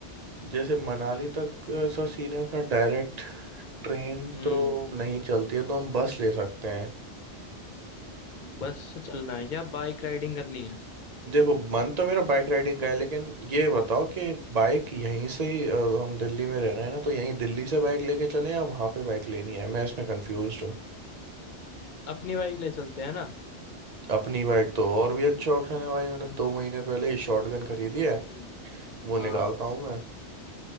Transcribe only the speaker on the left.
हम्म
बस से चलना है या बाइक राइडिंग करनी है
अपनी बाइक ले चलते हैं ना
हम्म
हाँ